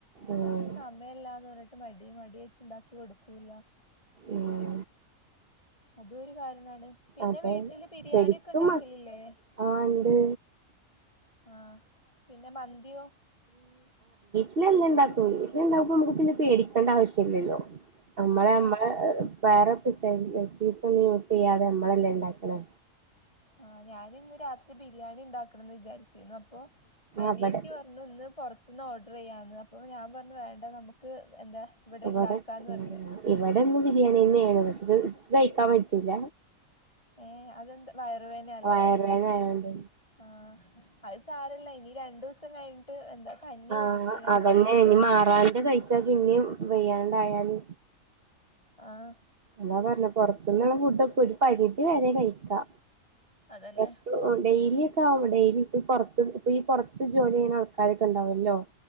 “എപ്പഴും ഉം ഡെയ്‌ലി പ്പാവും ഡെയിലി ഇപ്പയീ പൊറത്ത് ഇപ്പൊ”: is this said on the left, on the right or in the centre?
Right